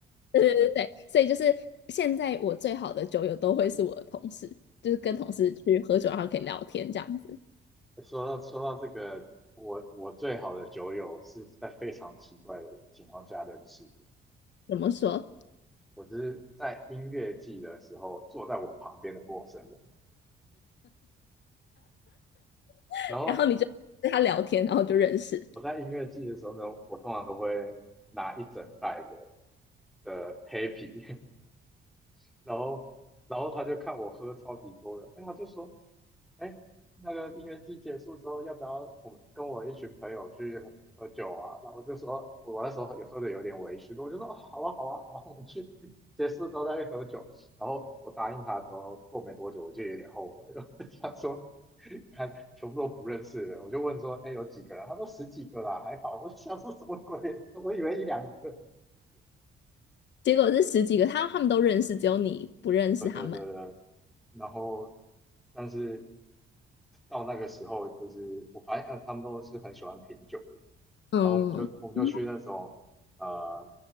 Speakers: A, on the left; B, in the centre.
A: 对对对对，所以就是现在我最好的酒友都会是我的同事，就是跟同事去喝酒，然后可以聊天这样子。
B: <laughs> 说到说到这个，我我最好的酒友是在非常奇怪的情况下认识的。
A: 怎么说？
B: 我只是在音乐季的时候坐在我旁边的陌生人，
A: <laughs>
B: 然后
A: 然后你就跟他聊天，然后就认识。
B: 我在音乐季的时候呢，我通常都会拿一整袋的的黑啤，<laughs> 然后然后他就看我喝超级多的，哎，他就说。哎，那个音乐季结束之后，要不要我们跟我一群朋友去喝喝酒啊？然后我就说，我那时候也喝的有点微醺，我就说哦好啊，好啊，好啊，我们去结束之后再去喝酒。然后我答应他之后，过没多久我就有点后悔了，<laughs> 我就想说，看全部都不认识的人，我就问说，哎，有几个人？他说十几个啦，还好。我想说什么鬼？<laughs> 我以为一两个。
A: 结果是十几个，他他们都认识，只有你不认识他们。
B: 对对对对，然后但是到那个时候，就是我发现呃他们都是很喜欢品酒的，
A: 嗯嗯
B: 然后我们就我们就去那种呃，